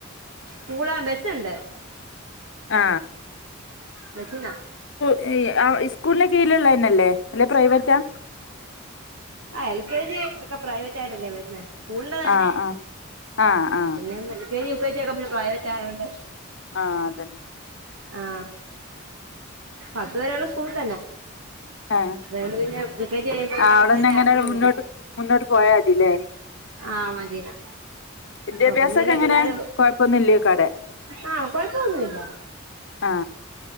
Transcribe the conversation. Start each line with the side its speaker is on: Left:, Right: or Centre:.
Right: സ്കൂൾ ആ ബെസ്സ് ഇണ്ട്
Left: ആ
Right: ബെസ്സിനാ
Left: <unintelligible> ആ ഇസ്കൂൾ ന് കീഴിൽ ഇള്ളെയെന്നെ അല്ലെ അല്ലെയ് പ്രൈവെറ്റാ
Right: ആ എൽ കെ ജി ഒക്കെ പ്രൈവറ്റ് ആയിട്ടല്ലെ വെരുന്നെ സ്കൂളിൽ തന്നെ
Left: ആഹ് ആഹ് ആഹ് ആഹ്
Right: പിന്നെ വെ L. K. G U. K. G. ഒക്കെ പിന്നെ പ്രൈവറ്റ് ആയോണ്ട്
Left: ആ അതെന്നെ
Right: ആ പത്ത് വെരെ ഇള്ള സ്കൂളിൽ തെന്നെ
Left: ആഹ്
Right: അതോണ്ട് പിന്നെ യുകെജി കയ്യുമ്പം പിന്നെ
Left: ആ
Right: അങ്ങോട്ട്
Left: അവിടെന്നെ
Right: തന്നെ
Left: എങ്ങനെ
Right: ആക്കിയാ മതി
Left: മുന്നോട്ട് മുന്നോട്ട് പോയാതില്ലേ
Right: ആ മതിനാ
Left: വിദ്യാഭ്യാസൊക്കെ
Right: ഓ പിന്നല്ലെ
Left: എങ്ങനെ
Right: പിള്ളാര്
Left: കൊഴപ്പൊന്നുല്ലേക്കാടെ
Right: ആ കൊഴപ്പ ഒന്നുയില്ല
Left: ആ